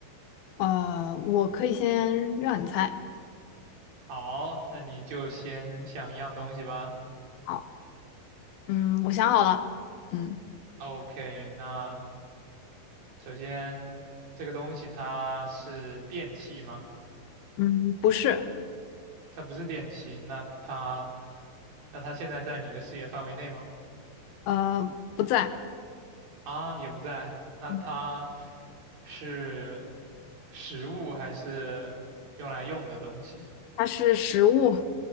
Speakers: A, on the left; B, on the right.
A: 呃，我可以先让你猜。
B: 好，那你就先想一样东西吧。
A: 好，嗯，我想好了。嗯，
B: OK，那。首先，这个东西它是电器吗？
A: 嗯，不是，
B: 它不是电器，那它那它现在在你的视野范围内吗？
A: 呃，不在。
B: 啊，也不在。那它
A: 嗯，
B: 是食物还是用来用的东西
A: 它是食物，